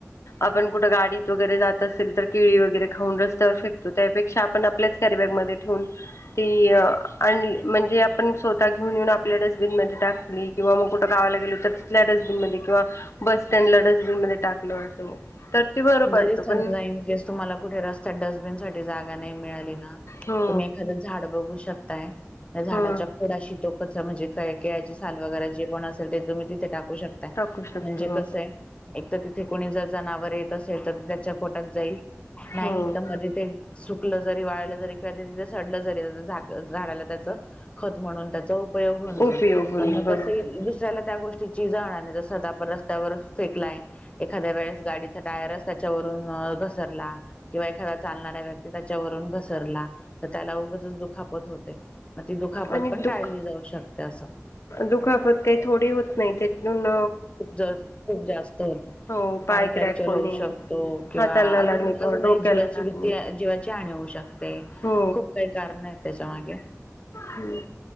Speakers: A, on the left; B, on the left.
A: आपण कुठं गाडीत वगैरे जात असेल तर केळी वगैरे खाऊन रस्त्यावर फेकतो त्यापेक्षा आपण आपल्याच कॅरीबॅग मध्ये ठेवून ती आणली. म्हणजे आपण स्वतः घेऊन येऊन आपल्या डस्टबिनमध्ये टाक किंवा मंग कुठ गावाला गेलो तर तिथल्या डस्बिन मध्ये किंवा बस स्टँडला डस्टबिन मध्ये टाकलं असं तर ते बरं
B: जरी
A: पडतं
B: समजा
A: पण
B: ईन केस तुम्हाला कुठे रस्त्यात डस्टबिन साठी जागा नाही मिळाली ना
A: हो
B: तुम्ही एखाद झाड बघू शकताय. त्या झाडाच्या
A: हो
B: खोडाशी त्यो कचरा म्हणजे काय? केळाची साल वगैरे जे कोण असेल ते तुम्ही तिथे टाकू शकताय.
A: टाकू शकतो
B: म्हणजे
A: हो
B: कसं आहे -- एक तर तिथे कोणी जर जनावर येत असेल तर त्याच्या पोटात जाईल नाही
A: हो
B: तर मग तिथे सुकलं जरी वाळलं जरी किंवा तिथ सडलं जरी झाक - झाडाला त्याच खत म्हणून त्याचा उपयोग होऊन जाईल
A: उपयोग होईल
B: पण मग
A: बरोबर
B: कस ही दुसऱ्याला त्या गोष्टी गोष्टीची जाण आणि स्वतः आपण रस्त्यावर फेकलाय एखाद्या वेळेस गाडी टायर स त्याच्यावरून अ घसरला किंवा एखादा चालणारा व्यक्ती त्याच्यावरून घसरला तर त्याला उगचच दुखापत होते. मग ती दुखापत
A: आणि
B: पण टाळली
A: दुःख
B: जाऊ शकते असं.
A: दुखापत काही थोडी होत नाही त्यात नुन
B: खूप ज खूप जास्त होते.
A: हो
B: पाय फ्रॅक्चर
A: क्रॅक होणे
B: होऊ शकतो. किंवा
A: हाताला
B: अजून
A: लागणे किंवा
B: अजूनही
A: डोक्याला
B: जीवाची
A: लागणे
B: भीती, जीवाची हानी होऊ शकते.
A: हो
B: खूप काही कारण आहे त्याच्या मागे.
A: हम्म.